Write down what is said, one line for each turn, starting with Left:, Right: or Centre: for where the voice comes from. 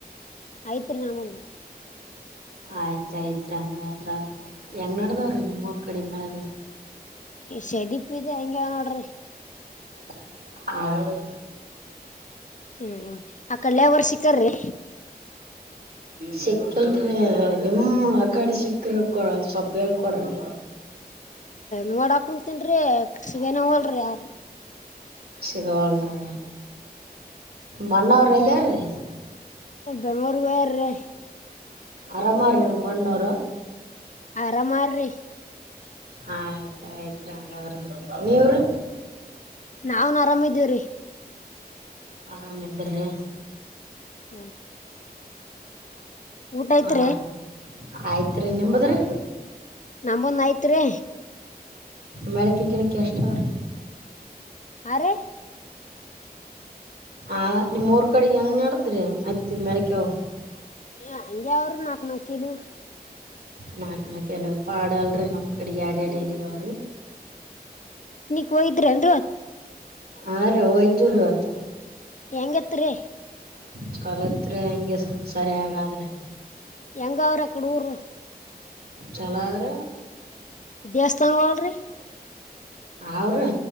Left: ಐತ್ರಿ ನಾಮದನ
Right: ಆಯ್ತಾಯ್ತ್ರಿ ಹಂಗಾದದ್ರ ಹೆಂಗ್ ನಡದವ್ರಿ ನಿಮೂರ್ ಕಡೆಮಳಗ
Left: ಈ ಶದಿಪ್ ಇದೆ ಹೆಂಗಗೆವ ನೋಡ್ರಿ
Right: <unintelligible>
Left: ಹ್ಮ್ ಆ ಕಲ್ಯ ಅವರ್ ಸಿಕ್ಕಾರ್ರಿ
Right: ಸಿಕ್ಕಲ್ತ್ರಿ ನಿಮ್ಮ ಆ ಕಡಿ ಸಿಕ್ಕ್ರ ಕೊಡ ಸ್ವಪ ಕೆಳ್ಕಡರಿ
Left: ನೋಡಾಕ್ ಕುಂತನ್ರಿ ಸಿಗನ ಹೋಲ್ರಿ ಯಾರೀ
Right: ಸಿಗವಲ್ರಿ ಮನವರಲ್ಲಾರ ರೀ
Left: ಬೆಂಗ್ಳೂರ್ಗ ಹೋಗ್ಯಾರ್ರಿ
Right: ಅರಾಮರಿ ನಿಮ್ಮಣ್ಣ ಅವರು
Left: ಆರಾಮ್ರಿ
Right: ಆಯ್ತ ಆಯ್ತು ಹಂಗಾದ್ರ ನೀವ್ರ
Left: ನಾವ್ನ್ ಆರಾಮ ಇದೀವ್ರಿ
Right: ಆರಾಮ ಇದಾರೆ
Left: ಹ್ಮ ಊಟ ಯತ್ರಿ
Right: ಹಾ ರೀ ಆಯ್ತ್ರಿ ನಿಮದ್ರಿ
Left: ನಂಬಂದ್ ಐತ್ರಿ
Right: ಮಳಕ ಗಿಳಕಿ ಅಷ್ಟ ಅವ್ರಿ
Left: ಅರೆ
Right: ಆ ನಿಮ್ಮ್ರ್ ಕಡೆಗೆ ಹೆಂಗ್ ನಡತ್ ಆಯ್ತಿ ಮಳಕಾವ
Left: ಹ ಹಂಗಗೆವರು ನಾಕ ಮಕ್ಕಲು
Right: ನಾಕ್ ನಾಕ ಎಲ್ಲ ಪಾಡ ಅಲ್ರರಿ ನಮ್ ಕಡೆ ಯಾರ ಅಡಲಿಿವ ಅವ್ರಿ
Left: ಕಯ ಇದ್ರೆನ್ತ್
Right: ಆ ರ ವೈದ್ಯೂರುವತ
Left: ಹೆಂಗತ್ರಿ
Right: ಚಲತ್ರಿ ಹೆಂಗೆ ಸರಿ ಹಾಗಾದ್ರೆ
Left: ಹೆಂಗ ಅವ್ರರು ಅಕ್ಕಡೆ ಊರ್
Right: ಚಲರ
Left: ದೇವಸ್ಥಾನವಾಳರಿ
Right: ಅವ್ರೀ